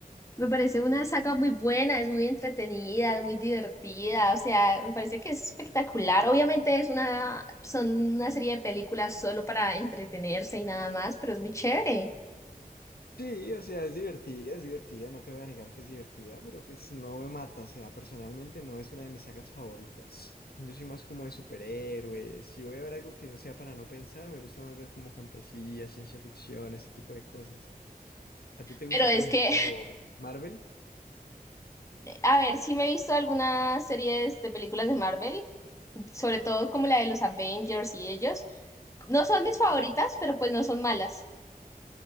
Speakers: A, on the left; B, on the left.
A: Me parece una saga muy buena, es muy entretenida, es muy divertida, o sea, me parece que es espectacular. Obviamente es una, son una serie de películas solo para entretenerse y nada más, pero es muy chévere.
B: Sí, o sea, es divertida, es divertida, no te voy a negar que es divertida, pero pues no me mata, o sea, personalmente no es una de mis sagas favoritas. Yo soy más como de superhéroes, si voy a ver algo que no sea para no pensar, me gusta más ver como fantasía, ciencia ficción, ese tipo de cosas. ¿A ti te gusta,
A: Pero
B: por
A: es
B: ejemplo,
A: que,
B: Marvel?
A: <laughs> a ver, sí me he visto algunas series de películas de Marvel sobre todo como la de los Avengers y ellos. No son mis favoritas, pero pues no son malas.